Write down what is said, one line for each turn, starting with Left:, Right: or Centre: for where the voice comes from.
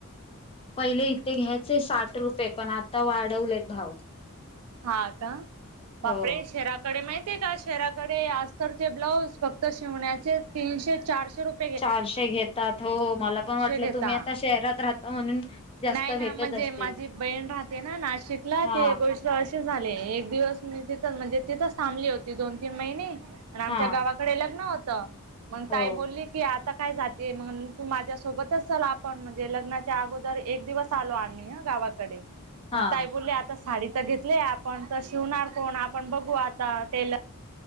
Left: पहिले इथे घ्यायचे साठ रुपये पण आता वाढवलेत भाव
Right: हा का बापरे
Left: हो.
Right: शरा कडे माहितीय का शेराकडे अस्तरचे ब्लाउज फक्त शिवण्याचे तीनशे चारशे रुपय
Left: चारशे घेतात हो मला पण वाटलं
Right: घेता
Left: तुम्ही आता शहरात राहता म्हणून जास्त
Right: नाही ना
Left: भेटत
Right: म्हणजे
Left: असते
Right: माझी बहीण राहते ना नाशिकला
Left: हा
Right: ते गोष्ट असे झाले एक दिवस मी तिथ म्हणजे तिथच थांबली होती दोन तीन महिने आणि आमच्या
Left: हा
Right: गावात डे लग्न होत मग
Left: हो
Right: ताई बोलली की आता काय जाते मग तू माझ्यासोबतच चल आपण म्हणजे लग्नाच्या अगोदर एक दिवस परत आलो आम्ही ह गावाकडे
Left: हा
Right: मग ताई बोलली आता साडी तर घेतली आपण तर शिवणार कोण आपण बघू आता टेलर